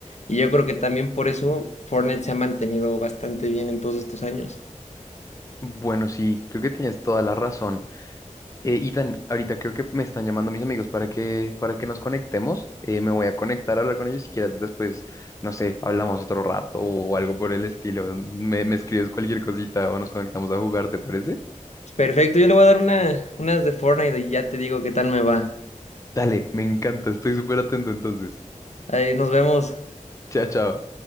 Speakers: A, on the left; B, on the left.
A: y yo creo que también por eso Fortnite se ha mantenido bastante bien en todos estos años.
B: Bueno, sí, creo que tienes toda la razón. Eh, Ethan, ahorita creo que me están llamando mis amigos para que, para que nos conectemos. Eh, me voy a conectar a hablar con ellos si quieres. Después, no sé, hablamos otro rato o algo por el estilo. Me, me escribes cualquier cosita o nos conectamos a jugar, ¿te parece?
A: Perfecto, yo le voy a dar una, unas de Fortnite y ya te digo qué tal me va.
B: Dale, me encanta, estoy súper atento entonces.
A: Ahí nos vemos.
B: Chao, chao.